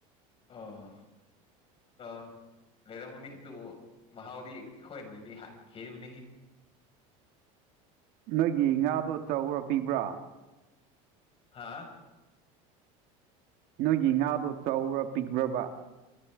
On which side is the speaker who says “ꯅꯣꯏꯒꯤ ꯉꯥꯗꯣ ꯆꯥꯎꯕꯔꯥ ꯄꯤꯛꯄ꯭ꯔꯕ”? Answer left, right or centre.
Right